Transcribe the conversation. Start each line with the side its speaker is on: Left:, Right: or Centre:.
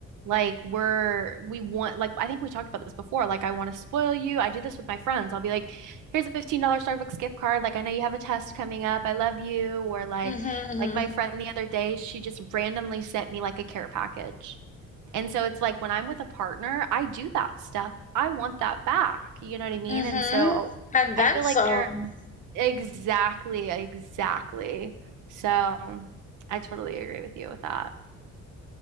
Right: Like we're we want like I think we talked about this before. Like I want to spoil you. I do this with my friends. I'll be like, here's a $15 Starbucks gift card. Like I know you have a test coming up. I love you. Or like
Left: mm Mhm,
Right: like
Left: mhm.
Right: my friend the other day, she just randomly sent me like a care package. And so it's like when I'm with a partner, I do that stuff. I want that back. You know what I mean?
Left: Mhm.
Right: And so
Left: And then
Right: I feel
Left: some.
Right: like there Exactly, exactly. So I totally agree with you with that.